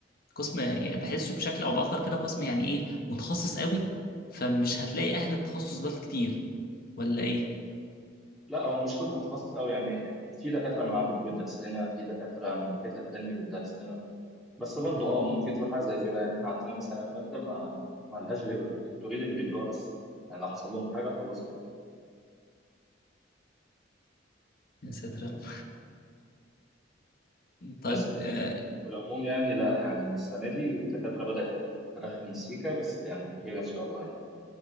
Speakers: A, on the left; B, in the centre.
A: قسم يعني بحسه بشكل أو بآخر كده قسم يعني إيه متخصص قوي فمش هتلاقي أهل التخصص ده كتير ولا إيه؟
B: لا هو مش قسم متخصص أوي يعني في دكاترة من عندكم بتدرس لنا في دكاترة من حتة تانية بتدرس لنا بس برضه أه ممكن تقول حاجة زي كده يعني إحنا عندنا مثلا مادة ما ما لهاش غير الدكتورين اللي بيدوها بس يعني لو حصل لهم حاجة خلاص كده
A: يا ساتر يا رب <laughs> طيب
B: بس لكن
A: آه،
B: في العموم يعني لا يعني السنة دي الدكاترة بدأت ترخم سيكا بس يعني خير إن شاء الله يعني